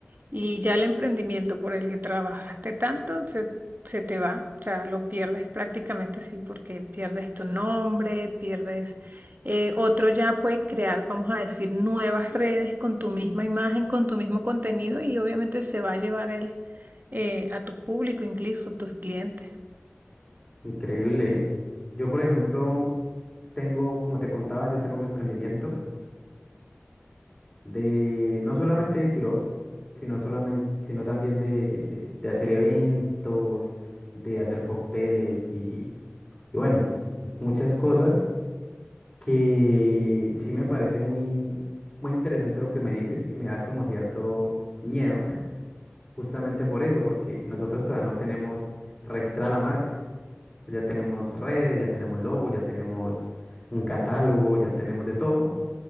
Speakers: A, on the right (about 45°); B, on the left (about 20°).
A: y ya el emprendimiento por el que trabajaste tanto se, se te va, o sea, lo pierdes prácticamente, sí, porque pierdes tu nombre, pierdes... eh, otro ya puede crear, vamos a decir, nuevas redes con tu misma imagen, con tu mismo contenido y obviamente se va a llevar el, eh, a tu público, incluso tus clientes.
B: Increíble. Yo, por ejemplo, tengo, como te contaba, yo tengo mi emprendimiento de no solamente de sirops, sino, solamente, sino también de, de- de- de hacer eventos, de hacer cócteles y, y bueno, muchas cosas que sí me parece muy, muy interesante lo que me dices y me da como cierto miedo, <laughs> justamente por eso, porque nosotros todavía no tenemos registrada la marca. Ya tenemos redes, ya tenemos logo, ya tenemos un catálogo, ya tenemos de todo